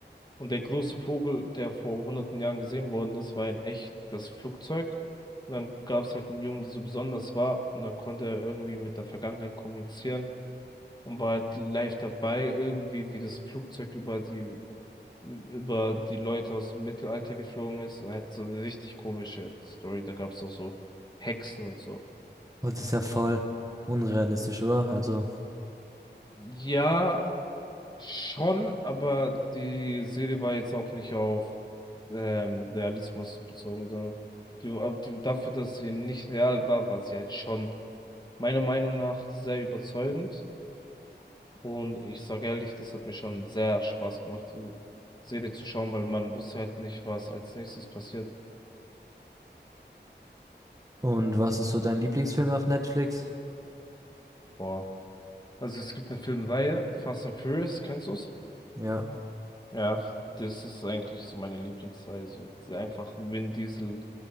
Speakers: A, on the left; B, on the right.
A: Und der große Vogel, der vor hunderten Jahren gesehen worden ist, war in echt das Flugzeug. Und dann gab es halt einen Jungen, der so besonders war und dann konnte er irgendwie mit der Vergangenheit kommunizieren. und war halt live dabei, irgendwie, wie das Flugzeug über die, über die Leute aus dem Mittelalter geflogen ist. Halt so eine richtig komische Story. Da gab es auch so Hexen und so.
B: Und das ist ja voll unrealistisch, oder? Also,
A: Ja, schon, aber die Serie war jetzt auch nicht auf ähm, Realismus bezogen, sondern die, aber die, dafür, dass sie nicht real war, war sie halt schon meiner Meinung nach sehr überzeugend. Und ich sage ehrlich, das hat mir schon sehr Spaß gemacht, die Serie zu schauen, weil man wusste halt nicht, was als nächstes passiert.
B: und was ist so dein Lieblingsfilm auf Netflix?
A: Boah. Also es gibt eine Filmreihe, Fast and Furious, kennst du's?
B: Ja,
A: Ja, das ist eigentlich so meine Lieblingsreihe. So diese einfach Vin Diesel,